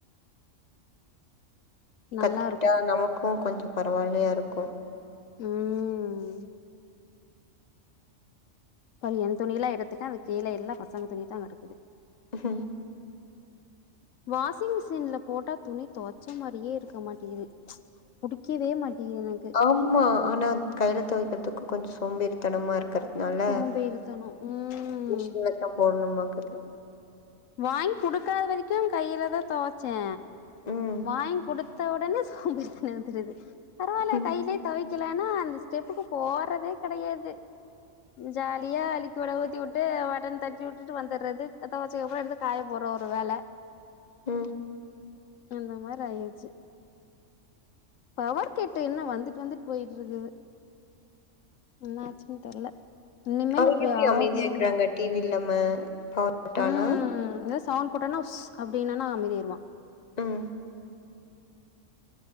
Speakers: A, on the left; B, on the left.
A: நல்லா
B: கத்துக்கிட்டா
A: இருக்கு
B: நமக்கும் கொஞ்சொ பரவாயில்லையா இருக்கு
A: ம் இ என் துணியில எடுத்துட்ட அது கீழ எல்லா பசங்க துணி தா கிடக்குது
B: ம்
A: வாஷிங் மிஷின்ல போட்டா துணி துவச்ச மாரியே இருக்க மாட்டீங்து புடிக்கவே மாட்டேகிது எனக்கு
B: ஆம்மா ஆனா கையில தொவைக்கிறதுக்கு கொஞ்சொ சோம்பேறித்தனமா இருக்கு இருக்கிறதுனால
A: சோம்பேறித்தனோ ம்
B: மிஷின்லத்தா போடணுமாக்து
A: வாங்கி குடுக்காத வரைக்கும் கையில தா துவச்சே
B: ம்.
A: வாங்க் குடு ஒடனே சோம்பேரிதன வந்துடுது பரவால
B: ம்.
A: கையிலயே தொவக் லா அந்த ஸ்டெப்புக்கு போறதே கெடையாது ஜாலியா அலிக்கு விட ஊத்தி விட்டு வடன் தட்டி விட்டுட்டு வந்துடுறது தொவச்ச அப்ரோ எடுத்து காய போறோ ஒரு வேல
B: ம்
A: அந்த மாரி ஆய்டுச்சு பவர் கெட்டு் என்ன வந்துட்டு வந்துட்டு போயிட்டு இருக்குது என்னாச்சுன்னு தெர்ல இனிமேல்
B: அவங்க
A: இப்டி
B: எப்டி
A: ஆகுமுன்னு
B: அமைதியா இருக்கிறாங்க? டிவி இல்லாம பவர் கட்டானா?
A: ம் என சவுண்ட் போட்டன உஸ் அப்டின்ன நா அமதியாயிருவா
B: ம்.